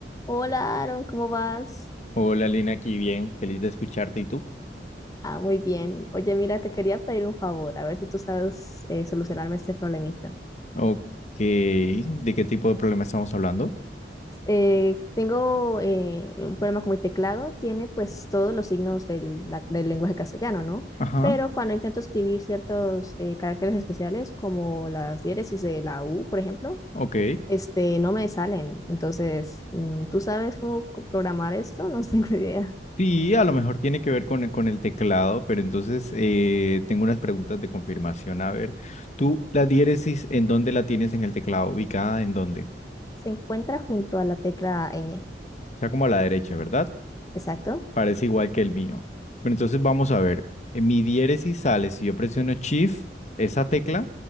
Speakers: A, on the left; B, on the left.
A: Hola, Aaron, ¿cómo vas?
B: Hola Lina, aquí bien, feliz de escucharte. ¿Y tú?
A: Ah, muy bien. Oye, mira, te quería pedir un favor, a ver si tú sabes eh, solucionarme este problemita.
B: Ok, ¿de qué tipo de problema estamos hablando?
A: Eh, tengo eh, un problema con mi teclado, tiene pues todos los signos del, la- del lenguaje castellano, ¿no?
B: Ajá,
A: Pero cuando intento escribir ciertos eh, caracteres especiales, como las diéresis de la U, por ejemplo,
B: ok.
A: este, no me salen. Entonces, mm, ¿tú sabes cómo co- programar esto? <laughs> No tengo idea.
B: Sí, a lo mejor tiene que ver con, el- con el teclado, pero entonces eh, tengo unas preguntas de confirmación. A ver, ¿tú la diéresis en dónde la tienes en el teclado? ¿Ubicada en dónde?
A: Se encuentra junto a la tecla ñ,
B: Está como a la derecha, ¿verdad?
A: exacto.
B: Parece igual que el mío. Pero entonces vamos a ver. En mi diéresis sale si yo presiono Shift, esa tecla,